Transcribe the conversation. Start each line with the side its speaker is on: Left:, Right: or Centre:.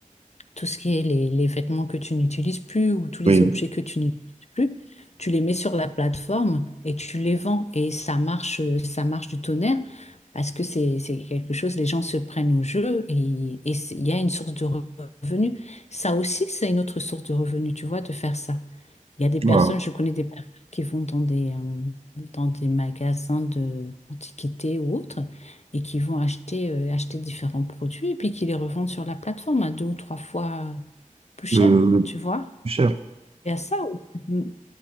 Left: tout ce qui est les, les vêtements que tu n'utilises plus ou tous les
Right: Oui,
Left: objets que tu n'utilises plus, tu les mets sur la plateforme et tu les vends. Et ça marche, euh, ça marche du tonnerre parce que c'est, c'est quelque chose, les gens se prennent au jeu et, et c'est- il y a une source de revenus. Ça aussi, c'est une autre source de revenus, tu vois, de faire ça. Il y a des personnes,
Right: voilà.
Left: je connais des personnes qui vont dans des, euh, dans des magasins de antiquités ou autres et qui vont acheter, euh, acheter différents produits et puis qui les revendent sur la plateforme à deux ou trois fois plus cher,
Right: le, le
Left: tu vois.
Right: plus cher.
Left: Et à ça, on-